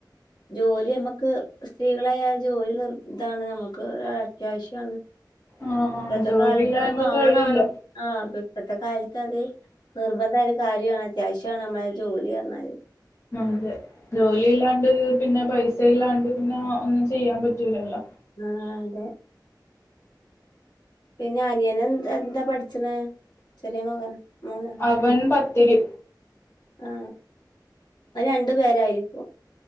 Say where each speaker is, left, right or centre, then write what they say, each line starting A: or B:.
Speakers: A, on the left; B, on the left.
A: ജോലി നമ്മക്ക് സ്ത്രീകളായ ജോലി നിർ ഇതാണ് നമുക്ക് അത്യാവശ്യാണ്
B: ആഹ്
A: ഇപ്പൊത്തെ
B: ജോലി
A: കാലത്ത്
B: ഇല്ലാണ്ട്
A: അത് വാണാണ്
B: കളിയില്ല
A: ആഹ ഇപ്പത്തെ കാലത്തത് നിർബന്ധായൊരു കാര്യാണ് അത്യാവശ്യാണ് നമ്മളെ ജോലിന്ന് പറഞ്ഞാല്
B: അതെ ജോലില്ലാണ്ട് പിന്നെ പൈസല്ലാണ്ട് പിന്നെ ഒന്നും ചെയ്യാൻ പറ്റൂലല്ലോ
A: ആഹ് അതെ പിന്നെ അനിയെനെന്താ പഠിച്ചണ് ചെറിയ മകൻ മോന
B: അവൻ പത്തില്
A: ആ അ രണ്ടു പേരായിരിക്കും